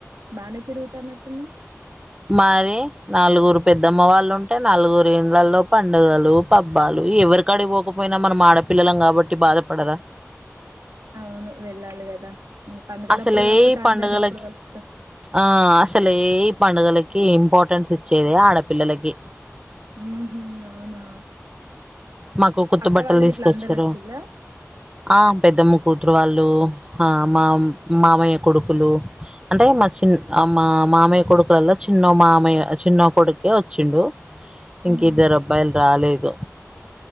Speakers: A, on the right; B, on the right.
A: బానే తిరుగుతా అన్నట్టున్నావ్
B: మరి నాలుగు రూపా పెద్దమ్మ వాళ్ళు ఉంటే నలుగురిండ్లల్లో పండగలు పబ్బాలు. ఎవరికడిగిపోకపోయినా మనం ఆడపిల్లలం కాబట్టి బాధపడరా
A: అవును వెళ్ళాలి కదా పండగలప్పుడు
B: అసలే
A: కాకపోతే
B: ఈ పడుగలకి
A: అందరిని ఎప్పుడు కలుస్తావ్
B: ఆ అసలే పండుగలకి ఇంపార్టెన్స్ ఇచ్చేది ఆడపిల్లలకి
A: ఉ హు అవునా
B: మాకు కొత్త
A: అక్క
B: బట్టలు
A: వాళ్ళు
B: దిసుకొచ్చిరు.
A: గిట్ల అందరు వచ్చిల్లా
B: ఆ పెద్దమ్మ కూతురు వాళ్ లు ఆ మా మామయ్య కొడుకులు అంటే మా చిన్ ఆ మా మామయ్య కొడుకులల్లా చిన్నో మామయ్య ఆ చిన్నో కొడుకే వచ్చిండు. ఇంకిద్దర్
A: ఉమ్
B: అబ్బాయిల్ రాలేదు